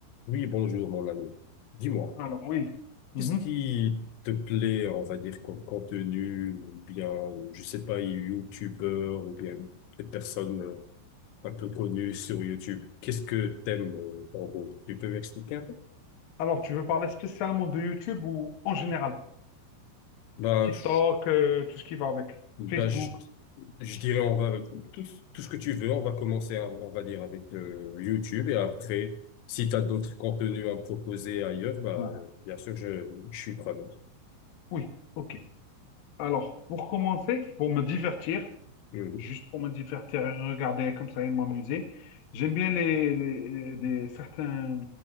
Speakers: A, on the left; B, on the left.
A: Oui, bonjour mon ami. Dis-moi,
B: Alors, oui. Mhm.
A: qu'est-ce qui te plaît, on va dire, comme contenu, ou bien, je sais pas, youtubeur, ou bien des personnes euh, un peu connues sur YouTube? Qu'est-ce que t'aimes, euh, en gros? Tu peux m'expliquer un peu?
B: Alors, tu veux parler spécialement de YouTube ou en général?
A: Bah,
B: TikTok,
A: je,
B: euh, tout ce qui va avec.
A: bah,
B: Facebook.
A: je, je dirais, on va, tout, tout ce que tu veux, on va commencer, à- on va dire, avec euh, YouTube, et après, si tu as d'autres contenus à me proposer ailleurs, bah,
B: Voilà.
A: euh, bien sûr, je, je suis preneur.
B: Oui, ok. Alors, pour commencer, pour me divertir,
A: Mhm.
B: juste pour me divertir et regarder comme ça et m'amuser, j'aime bien les, les- les- des- certains